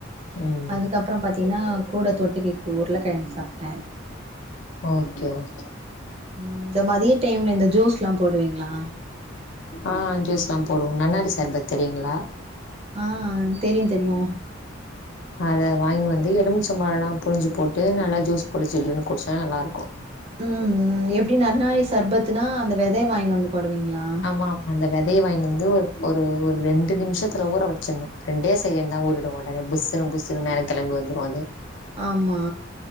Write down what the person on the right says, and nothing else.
அதுக்கப்புறோ பாத்தீங்கன்னா கூட தொட்டுக்கிக்கு உருளக்கிழங்கு சாப்ட்டே
ம் இந்த மதிய டைம்ல இந்த ஜூஸ்ல்லா போடுவீங்களா
ஆ தெரியு தெரியு
ம் ம் எப்டி நன்னாரி சர்பத்துனா அந்த வெதைய வாயின்னு வந்து போடுவீங்களா
ஆமா